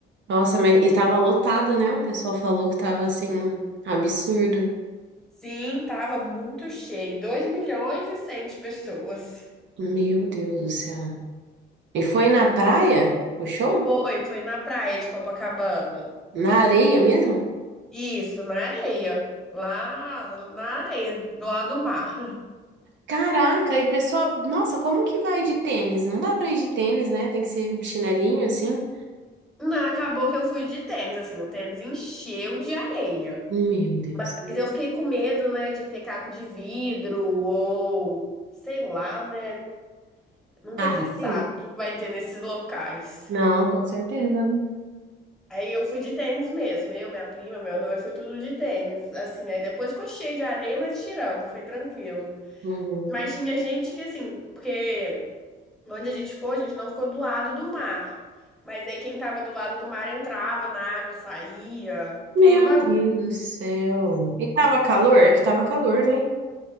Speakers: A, on the right; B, in the centre.
A: Nossa, mas e tava lotado, né? O pessoal falou que tava assim, absurdo.
B: Sim, tava muito cheio, dois milhões e 100 de pessoas.
A: Meu Deus do céu. E foi na praia? O show?
B: Foi, foi na praia de Copacabana.
A: Na areia mesmo?
B: Isso, na areia, lá na areia, do lado do mar.
A: Caraca, e o pessoal, nossa, como que vai de tênis? Não dá pra ir de tênis, né? Tem que ser um chinelinho assim.
B: Não, acabou que eu fui de tênis, assim, o tênis encheu de areia.
A: Meu Deus.
B: Mas eu fiquei com medo, né, de ter caco de vidro ou sei lá, né? Nunca
A: Ah,
B: se sabe
A: sim.
B: o que vai ter nesses locais.
A: Não, com certeza. né?
B: Aí eu fui de tênis mesmo, eu, minha prima, meu noivo, foi tudo de tênis. Assim, aí depois ficou cheio de areia, mas tiramos, foi tranquilo.
A: Uhum.
B: Mas tinha gente que, assim, porque onde a gente ficou, a gente não ficou do lado do mar. Mas aí quem tava do lado do mar entrava na água, saía.
A: Meu
B: Foi uma bagunça.
A: Deus do céu. E tava calor? É Que tava calor, né?